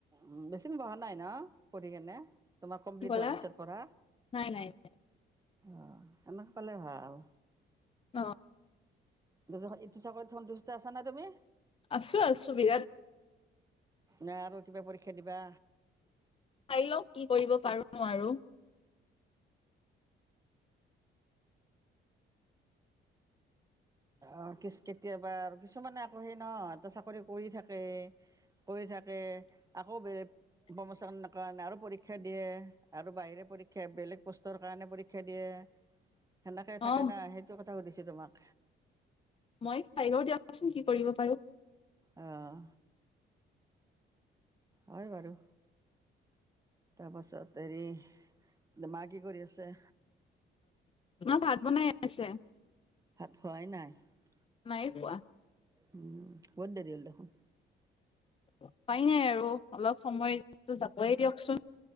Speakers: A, on the right (about 15°); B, on the left (about 30°).
A: উ বেচি দিন বহা নাই ন পঢ়ি কেনে। তোমাৰ কমপ্লিট
B: কি ক'লা
A: হোৱাৰ পিছত পঢ়া।
B: নাই নাই
A: অ এনেক পালে ভাল,
B: অ,
A: <unintelligible> এটো চাকৰিত সন্তুষ্ট আছা নে তুমি
B: আছো আছো বিৰাট
A: নে আৰু কিবা পৰী ক্ষা দিবা
B: চাই লওক কি কৰিব পাৰো নোৱাৰোঁ
A: অ কিচ কেতিয়াবা আৰু কিছুমানে অ সেই নহ চাকৰি কৰি থাকে কৰি থাকে আকৌ বেলেগ প্ৰমোচনৰ কাৰণে আৰু পৰীক্ষা দিয়ে আৰু বাহিৰে পৰীক্ষা বেলেগ পোষ্টৰ কাৰণে পৰীক্ষা দিয়ে সেনেকে থাকে
B: অ
A: ন সেইটো কথা সুধিছ তে তোমাক
B: মই চাই লওঁ দিয়কচোন কি কৰিব পাৰো
A: অহ হয় বাৰু তাৰপাছত হেৰি মা কি কৰি আছে
B: মা ভাত বনাই আছে
A: ভাত <unintelligible>
B: নাই কোৱা
A: উম বহুত দেৰি হ'ল দেখোন
B: উপাই নাই আৰু অলপ সময় যাবই দিয়কচোন